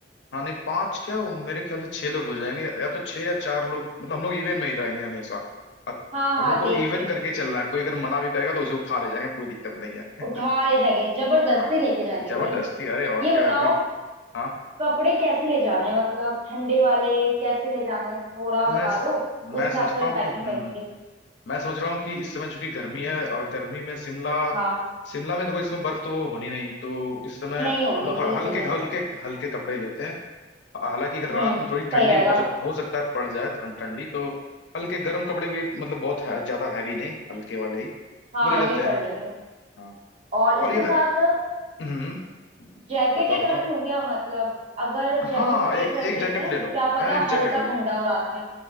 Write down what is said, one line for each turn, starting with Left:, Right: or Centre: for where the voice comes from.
Left: हाँ नहीं पांच क्या वो मेरे ख्याल से छह लोग हो जाएंगे या, या तो छह या चार लोग मतलब हम लोग इवन में ही रहेंगे हमेशा अब
Right: हाँ
Left: हम
Right: हाँ
Left: लोग को
Right: देख
Left: इवन
Right: लेंगे
Left: करके ही चलना है कोई अगर मना भी करेगा तो उसे उठा ले जाएंगे कोई दिक्कत नहीं है
Right: उठा ले जाएंगे जबरदस्ती
Left: हाँ
Right: लेके जाएंगे
Left: जबरदस्ती
Right: भाई
Left: अरे और
Right: ये
Left: क्या
Right: बताओ
Left: इतनी हाँ
Right: कपड़े कैसे ले जाने हैं मतलब ठंडे वाले कैसे ले जाने हैं? थोड़ा
Left: मैं
Right: बता दो उस
Left: मैं
Right: हिसाब
Left: समझता
Right: से मैं
Left: हूँ
Right: पैकिंग
Left: कि हम्म
Right: करूंगी
Left: हम्म, मैं समझ रहा हूँ कि इस समय चूंकि गर्मी है और गर्मी में शिमला
Right: हाँ
Left: शिमला में देखो इसमें बर्फ तो होनी नहीं तो इस समय
Right: नहीं होगी
Left: हम लोग ह-
Right: बिल्कुल
Left: हल्के
Right: नहीं
Left: हल्के हल्के कपड़े ही लेते हैं हालांकि अगर
Right: हम्म
Left: रात में थोड़ी ठंडी
Right: सही रहेगा
Left: हो सक हो सकता है पड़ जाए ठं- ठंडी तो हल्के गर्म कपड़े भी मतलब बहुत है, ज्यादा हैवी नहीं हल्के वाले ही
Right: हाँ
Left: वो ले लेते
Right: ये
Left: हैं
Right: कर लेंगे
Left: हाँ
Right: और इसके
Left: और ये मैं
Right: साथ
Left: हम्म
Right: जैकेट
Left: बताओ
Right: एक
Left: बताओ
Right: रख लूं क्या मतलब अगर
Left: हाँ
Right: जैकेट
Left: एक
Right: एक रख
Left: एक
Right: लेते
Left: जैकेट
Right: हैं
Left: ले
Right: क्या
Left: लो
Right: पता
Left: यार एक
Right: हल्का
Left: जैकेट ले लो
Right: ठंडा हो रात में